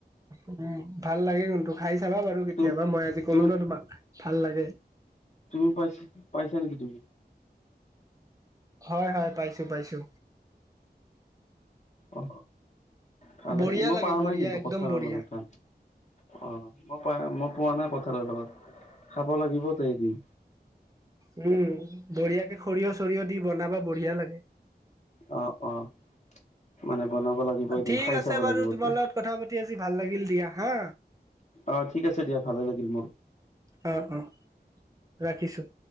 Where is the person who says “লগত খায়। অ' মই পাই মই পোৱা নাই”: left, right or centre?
Left